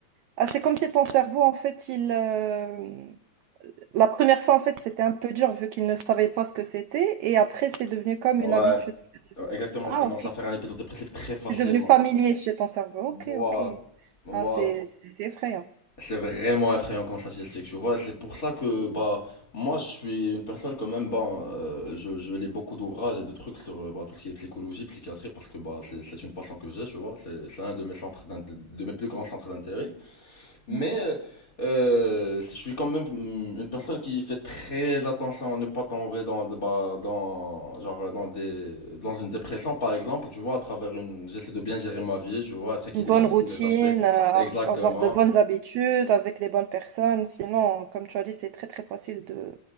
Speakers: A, on the right; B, on the left.
A: Ah, c'est comme si ton cerveau, en fait, il, euh, La première fois, en fait, c'était un peu dur vu qu'ils ne savaient pas ce que c'était. Et après, c'est devenu comme
B: Ouais,
A: une habitude.
B: euh, exactement,
A: Ah,
B: je commence
A: ok.
B: à faire un épisode dépressif très facilement.
A: C'est devenu familier chez ton cerveau. Ok,
B: Voilà,
A: ok.
B: voilà.
A: Ah, c'est, c'est c'est effrayant.
B: C'est vraiment effrayant comme statistique, tu vois. C'est pour ça que bah moi je suis une personne quand même bah euh, je, je lis beaucoup d'ouvrages et de trucs sur euh, bah, tout ce qui est psychologie, psychiatrie parce que bah c'est c'est une passion que j'ai, tu vois. C'est c'est un de mes centres d'int- de mes plus grands centres d'intérêt. Mais
A: Mhm.
B: euh, euh, je suis quand même hum, une personne qui fait très attention à ne pas tomber dans bah dans genre dans des dans une dépression par exemple, tu vois, à travers une j'essaie de bien gérer ma vie, tu vois, être équilibré
A: Une bonne
B: sur
A: routine,
B: tous les aspects.
A: euh,
B: Exactement.
A: avoir de bonnes habitudes avec les bonnes personnes. Sinon, comme tu as dit, c'est très, très facile de,